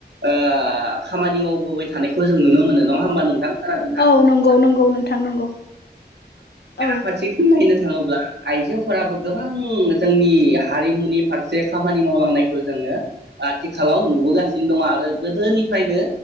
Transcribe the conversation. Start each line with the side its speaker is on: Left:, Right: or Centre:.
Right: ओ खामानि मावबोबाय थानायखौ जों नुनो मोनो नङा होमबा नोंथां? खोनादोंना?
Left: औ नंगौ नंगौ नोंथां नंगौ औ।
Right: फारसेथिं नायनो थाङोब्ला आइजोफोराबो गोबां जोंनि हारिमुनि फारसे खामानि मावलांनायखौ जोङो आथिखालाव नुबोगासिनो दं आरो गोदोनिफ्रायनो